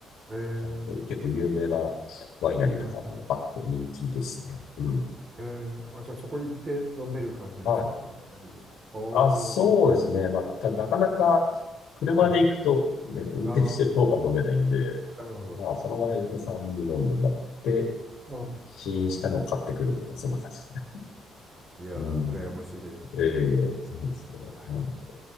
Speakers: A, on the right; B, on the left.
A: ええ、
B: ちゃんと結構有名なワイナリーとかもあって人気ですね。
A: はい。
B: うん。
A: ええ、あ、じゃあそこ行って飲める感じですかダイナリで。
B: はい。
A: おー、
B: あ、そうですね。まあ、た、なかなか車で行くと、
A: はい。
B: ね、運転してる方が飲めないんで、
A: ああ、なるほど。
B: まあ、その場合、嫁さんに飲んでもらって、
A: うん。
B: 試飲したのを買ってくるとか、そんな感じですね
A: いやー、
B: うん。
A: 羨ましいです。
B: ええそうですね。
A: はい
B: はい